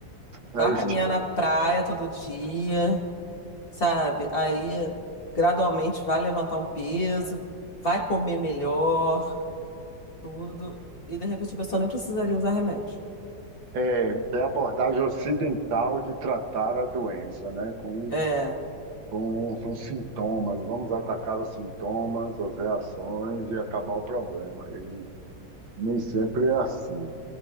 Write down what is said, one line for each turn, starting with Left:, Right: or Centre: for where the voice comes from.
Right: É
Left: vá
Right: o
Left: caminhar
Right: estilo,
Left: na praia todo dia. sabe? Aí gradualmente vai levantar um peso, vai comer melhor, tudo, e de repente a pessoa nem precisaria usar remédio.
Right: é, é a abordagem ocidental de tratar a doença, né? Com
Left: É,
Right: com, com sintomas. Vamos atacar os sintomas, as reações e acabar o problema. E nem sempre é assim.